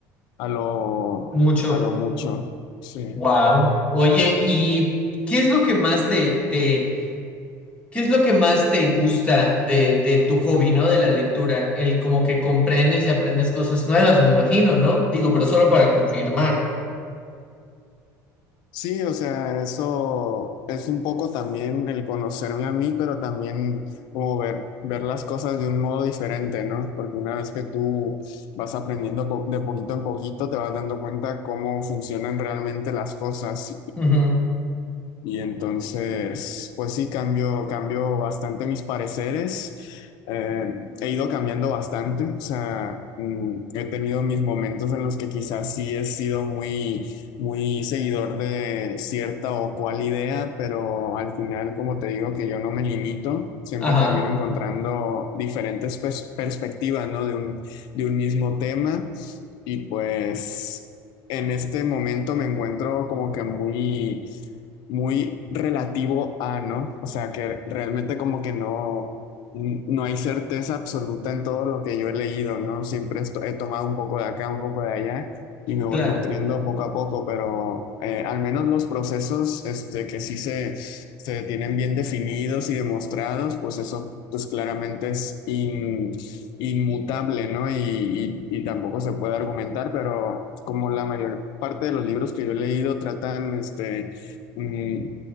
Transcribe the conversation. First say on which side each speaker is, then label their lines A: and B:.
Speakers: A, on the left; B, on the left.
A: a lo,
B: mucho.
A: a lo mucho. Sí.
B: Wow. Oye, ¿y qué es lo que más te, te, qué es lo que más te gusta de, de tu hobby, ¿no? De la lectura, el como que comprendes y aprendes cosas nuevas, me imagino, ¿no? Digo, pero solo para confirmar.
A: Sí, o sea, eso es un poco también el conocerme a mí, pero también como ver, ver las cosas de un modo diferente, ¿no? Porque una vez que tú vas aprendiendo po- de poquito en poquito, te vas dando cuenta cómo funcionan realmente las cosas
B: Ujú,
A: y entonces, pues sí, cambio, cambio bastante mis pareceres. Eh, he ido cambiando bastante. O sea, mm, he tenido mis momentos en los que quizás sí he sido muy, muy seguidor de cierta o cual idea, pero al final, como te digo, que yo no me limito, siempre
B: Ajá,
A: termino encontrando diferentes pers- perspectivas, ¿no? De un, de un mismo tema. Y pues en este momento me encuentro como que muy muy relativo a, ¿no? O sea, que realmente como que no, no hay certeza absoluta en todo lo que yo he leído, ¿no? Siempre esto- he tomado un poco de acá, un poco de allá y me voy
B: claro.
A: nutriendo poco a poco, pero eh, al menos los procesos este, que sí se, se tienen bien definidos y demostrados, pues eso pues claramente es in- inmutable, ¿no? Y, y- y tampoco se puede argumentar, pero como la mayor parte de los libros que yo he leído tratan, este, mm,